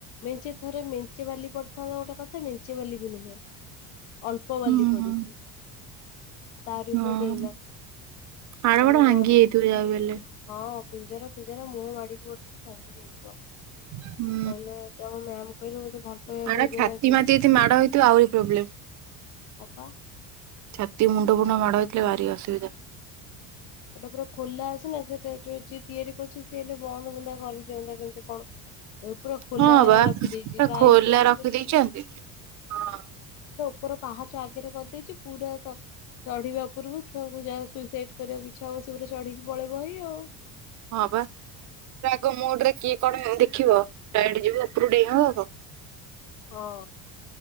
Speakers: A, on the left; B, on the right.
A: ମେଞ୍ଚେ ଥରେ ମେଞ୍ଚେ ବାଲି ପଡିଥାନ୍ତା ଗୋଟେ କଥା। ମିଞ୍ଚେ ବାଲି ବି ନୁହେଁ ଅଳ୍ପ
B: ହୁଁ
A: ବାଲି ପଡିଛି।
B: ହୁଁ।
A: ତାରି ଉପରେ
B: ହଁ
A: ଡେଇଁଲା
B: ହାଡ ଫାଡ
A: ଆମ
B: ଭାଙ୍ଗି
A: ମ୍ୟାମ
B: ଯାଇଥିବ ଯାହାବି ହେଲେ
A: ହଁ। ପିଞ୍ଜରା ପିଞ୍ଜରା ମୁହଁ ମାଡିକି ପଡିଛି ଭାଙ୍ଗି ଯାଇଥିବ।
B: ହୁଁ।
A: କହିଲେ ତମ ମ୍ୟାାମ କହିଲେ ବୋଧେ ଭଲ ପାଇବା
B: ଆଡା
A: ଭଲ ପାଇବା
B: ଛାତି
A: କି?
B: ମାତି ଯଦି ମାଡ ହେଇଥିବ ଆହୁରି ପ୍ରୋବ୍ଲେମ୍
A: ଅପା
B: ଛାତି ମୁଣ୍ଡ ଫୁଣ୍ଡ ମାଡ଼ଥିଲେ ଭାରି ଅସୁବିଧା।
A: ସେଟା ପୁରା ଖୋଲା ଅଛିନା ସେଟା ଯୋଉ ଯିଏ ତିଆରି କରୁଛି ସ ହେଲେ ବନ୍ଦ ବୁନ୍ଦା କରିଦିଅନ୍ତା କେମିତି କଣ? ଏ ପୁରା ଖୋଲା
B: ହଁ ବା
A: ରଖିଦେଇଛି
B: ପୁରା
A: ଗାଈଠୁ
B: ଖୋଲା
A: ଆରମ୍ଭ
B: ରଖିଦେଇଛନ୍ତି
A: କରିଚି
B: ହଁ
A: ଉପର ପାହାଚ ଆଗରେ କରିଦେଇଛି ପୁରା ସ ଚଢିବା ଉପରକୁ ଛୁଆକୁ ଯାହା ସୁଇସାଇଡ କରିବାକୁ ଇଚ୍ଛା ହବ ସିଏ ପୁରା ଚଢିକି ପଳେଇବ ହେଇ ଆଉ
B: ହଁ ବା। ରାଗ ମୋଡରେ କିଏ କଣ ଦେଖିବ ଡାଇରେଟ ଯିବ ଉପରୁ ଡେଇ ହବ ଆଉ କଣ?
A: ହଁ।